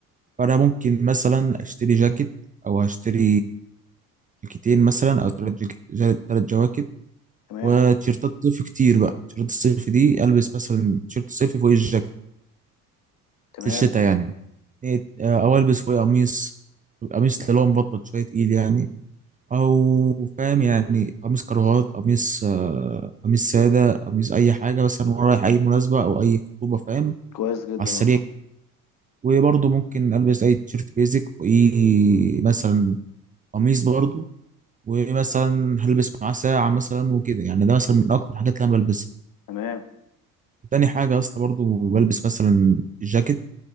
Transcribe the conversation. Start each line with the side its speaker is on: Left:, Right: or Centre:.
Right: فانا ممكن مثلا اشتري جاكيت او هشتري جاكيتين مثلا او ثلاث ثلاث جواكت
Left: تمام
Right: وتيشيرتات صيف كتير بقى تيشيرتات الصيف دي البس مثلا تيشيرت الصيفي فوق الجاكيت
Left: تمام
Right: في الشتاء يعني إيه، آه، او البس فوق قميص قميص اللي هو مبطن شويه تقيل يعني او فاهم يعني قميص كراهات قميص آه، قميص ساده قميص اي حاجه مثلا وانا رايح اي مناسبه او اي خطوبه فاهم
Left: كويس جدا
Right: على السريع
Left: والله
Right: وبرضه ممكن البس اي تيشيرت بيزك فوقيه مثلا قميص برضه ومثلا هلبس معاه ساعة مثلا وكده يعني ده مثلا من أكتر الحاجات اللي أنا بلبسها
Left: تمام
Right: تاني حاجة يا اسطى برضه بلبس مثلا جاكيت